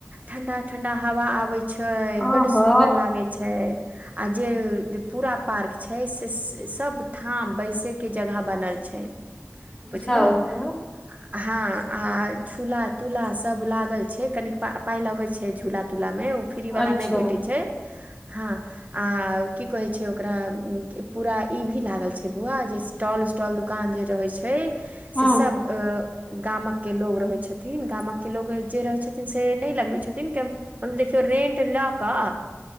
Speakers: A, on the right; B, on the left.
A: ठंडा ठंडा हवा आबे छै
B: ओहो
A: बड सुदर लागे छै आ जे पूरा पार्क छै से सब ठाम बैसे के जगह बनल छै। पुछिलहु
B: बताउ तऽ
A: हँ आ झूला तूला सब लागल छै कनिका पाय लगैत छै झूला मे ओ <unintelligible> फ्री वाला
B: अच्छा
A: नहि भेटै छै हँ आ की कहै छै ओकरा पूरा ई भी लागल छै बौआ जे स्टॉल उटॉल दकान जे रहै छै
B: हँ
A: से गामक के लोग रहै छथिन गामक के लोग जे रहै छथिन से नहि लगबै छथिन देखियौ रेंट लए कऽ